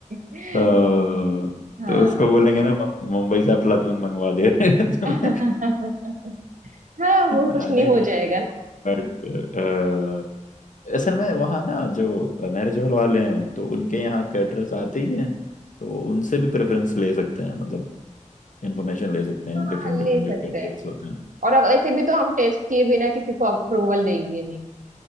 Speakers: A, on the right; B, on the left.
A: <laughs>
B: तो,
A: हाँ
B: तो उसको बोलेंगे ना मु- मुंबई से अफलातून मंगवा दे <laughs>
A: <laughs> हाँ वो कुछ
B: आ,
A: नहीं
B: नहीं
A: हो
B: नहीं
A: जाएगा ना
B: बट असल में वहाँ ना जो मैरिज हॉल वाले हैं तो उनके यहाँ कैटरर्स आते ही हैं तो उनसे भी प्रेफरेंस ले सकते हैं मतलब इन्फॉर्मेशन ले सकते हैं
A: हाँ,
B: डिफरेंट
A: ले
B: डिफरेंट
A: सकते
B: जो कैटरर्स
A: हैं
B: होते हैं
A: और अब ऐसे भी तो हम टेस्ट किए बिना किसी को अप्रूवल देंगे नहीं